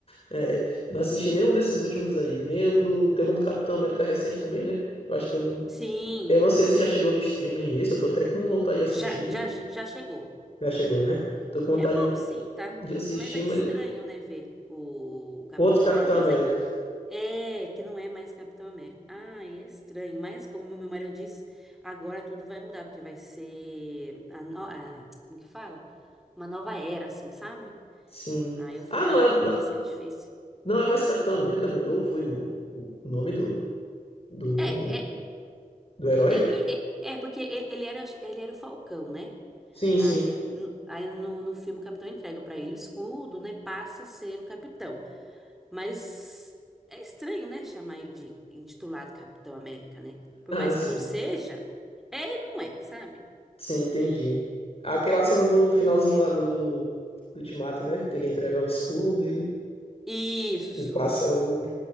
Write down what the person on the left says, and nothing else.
É, não assisti nenhum desses últimos aí, nem o do, teve um do Capitão América recente também, né? Eu acho que eu não,
eu não sei se já chegou no streaming esse, eu tô até com vontade de assistir.
Já chegou, né? Tô com vontade
de
de assistir,
mas
outro
Capitão América.
Sim.
Ah, não
é,
não,
não é mais Capitão América, mudou, foi o, o nome do do
Do herói?
Sim,
sim. <laughs>
Sim,
sim, entendi. Aquela cena do finalzinho lá do, do Ultimato, né? Que ele entrega o escudo e,
e passa o,